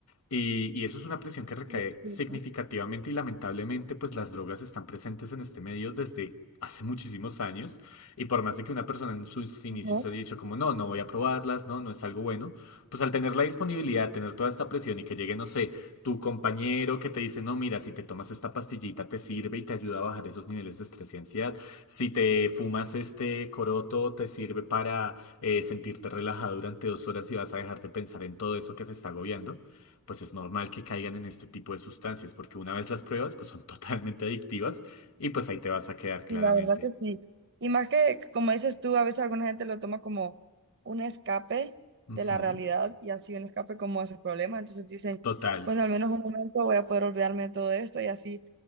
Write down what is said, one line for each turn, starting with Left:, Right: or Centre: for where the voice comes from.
Left: Y, y eso es una presión que recae
Right: Sí, sí,
Left: significativamente
Right: sí.
Left: y lamentablemente, pues las drogas están presentes en este medio desde hace muchísimos años. Y por más de que una persona en sus inicios
Right: Ajá.
Left: haya dicho como, no, no voy a probarlas, no, no es algo bueno, pues al tener la disponibilidad, tener toda esta presión y que llegue, no sé, tu compañero que te dice, no, mira, si te tomas esta pastillita te sirve y te ayuda a bajar esos niveles de estrés y ansiedad. Si te fumas este coroto te sirve para eh, sentirte relajado durante dos horas y vas a dejar de pensar en todo eso que te está agobiando pues es normal que caigan en este tipo de sustancias, porque una vez las pruebas, pues son <laughs> totalmente adictivas y pues ahí te vas a quedar claramente.
Right: Sí, la verdad que sí. Y más que, como dices tú, a veces alguna gente lo toma como un escape de
Left: Ujú,
Right: la realidad y así un escape como a sus problemas. Entonces dicen,
Left: Total.
Right: bueno, al menos un momento voy a poder olvidarme de todo esto y así.